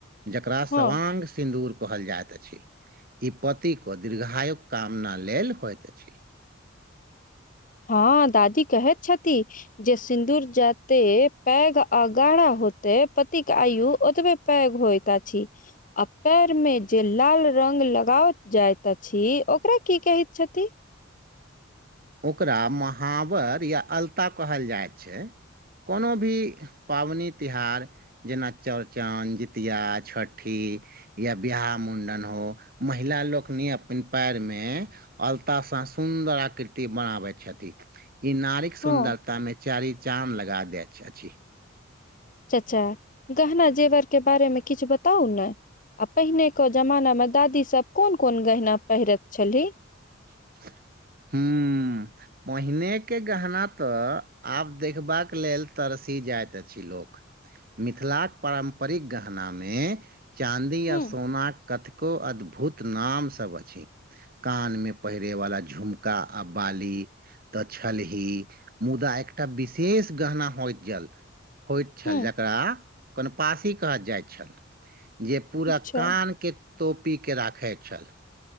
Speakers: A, on the right; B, on the left.
A: जकरा सवांग
B: हँ
A: सिन्दूर कहल जायत अछि ई पति क दीर्घायुक कामना लेल होइत अछि
B: हँ दादी कहैत छथि जे सिन्दूर जत्ते पैघ आ गाढ़ा होतै पतिक आयु ओतबे पैघ होइत अछि आ पैरमे जे लाल रंग लगाओत जाइत अछि ओकरा की कहैत छथि
A: ओकरा महाबर या अलता कहल जाइत छै कोनो भी पाबनि तिहार जेना चौड़चन, जितिया, छठी या बियाह मुण्डन हो महिला लोकनि अपन पैर मे अलता सा सुन्दर आकृति बनाबै छथि ई नारीक सुन्दरता
B: हँ
A: मे चारी चाँद लगा दैछेछी <inaudible>
B: चचा गहना जेवर केँ बारे में किछ बताउ न आ पहिने केँ जमानामे दादी सब कोन कोन गहना पहिरैत छलीह
A: <unintelligible> पहिने केँ गहना तऽ आब देखबाक लेल तरसी जाइत अछि लोक मिथिलाक पारम्परिक गहना में चाँदी
B: हूँ
A: आ सोनाक कतको अद्भुत नाम सब अछि कान मे पहिरे वाला झुमका आ बाली तऽ छलही मुदा एकटा विशेष गहना होइत जल होइत छल
B: हूँ
A: जकरा कनपासी कहत जाइत छल जे पूरा
B: अच्छा
A: कान केँ तोपी केँ राखे छल